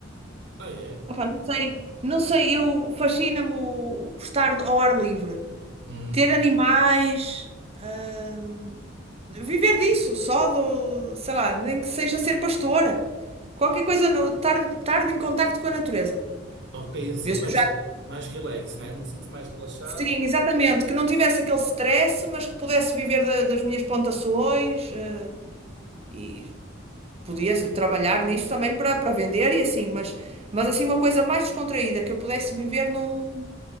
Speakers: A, on the right (about 65°); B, on the right (about 30°).
A: Ah, é?
B: Opa, não sei, não sei, eu fascina-me o estar ao ar livre.
A: Hum.
B: ter animais, hum, viver disso, só do, sei lá, nem que seja ser pastora, qualquer coisa, no- estar, estar em contacto com a natureza.
A: Ok, assim,
B: Eu sou
A: mais,
B: já,
A: mais relax, né? Num sítio mais relaxado,
B: sim, exatamente, que não tivesse aquele stress, mas que pudesse viver da- das minhas plantações, eh, e podia trabalhar nisso também para para vender e assim, mas, mas assim uma coisa mais descontraída, que eu pudesse viver num,